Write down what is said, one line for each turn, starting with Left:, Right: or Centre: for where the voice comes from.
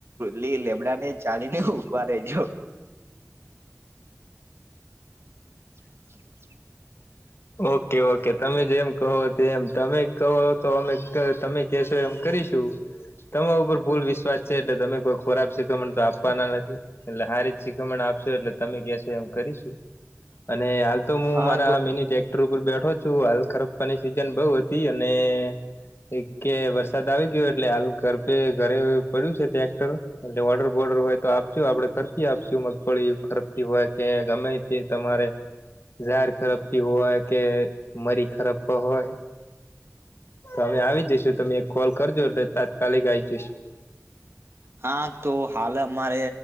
Right: લી લેબડાને ચાલી ને ઉઊભા રેજ. <inaudible>
Left: ઓકે ઓકે તમે જેમ. કહો તે એમ તમે કહો તો અમે તમે કેશો એમ કરીશું. તમારા ઉપર ભૂલ વિશ્વાસ છે એટલે તમે કોઈ ખોરાબ શિકખમણ તો આપવાના નથી. એટલે સારી શીખમણ આપશો એટલે તમે કશો એમ કરીશું અને. તો હું
Right: હા
Left: મારા
Right: તો
Left: મિની ટ્રેક્ટર ઉપર બેઠો છું હાલ ખરપવાની સિઝન બઉ હતી અને. એક કે વરસાદ આવી ગયો એટલે હાલ ઘરે ઘરે પડ્યું છે ટ્રેક્ટર. એટલે વોર્ડર બોર્ડર હોય તો આપજો આપણે ખરતી આપશું મગફળી ખરતી હોય કે ગમે. કે તમારે ઝાડ ખરાપી હોય કે મરી ખરાપવા હોય. તો અમે આવી જઈશું તમે એક કોલ કરજો એટલે તાત્કાલિક આવી જઈશું.
Right: હા તો હાલ અમારે